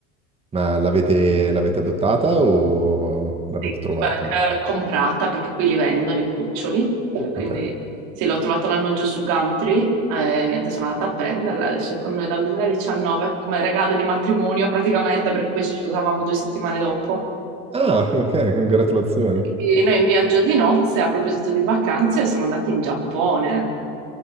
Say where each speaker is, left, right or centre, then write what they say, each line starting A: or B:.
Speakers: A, on the right (about 20°); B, on the right (about 70°).
A: Ma l'avete l'avete adottata o l'avete
B: Sì,
A: trovata?
B: eh, comprata perché qui li vendono i cuccioli, quindi
A: Ok.
B: sì, l'ho trovato l'annuncio su Gumtree, eh, niente, sono andata a prenderla, adesso è con noi dal 2019, come regalo di matrimonio praticamente, perché poi ci sposavamo due settimane dopo.
A: Ah, ok, congratulazioni.
B: E noi in viaggio di nozze, a proposito di vacanze, siamo andati in Giappone.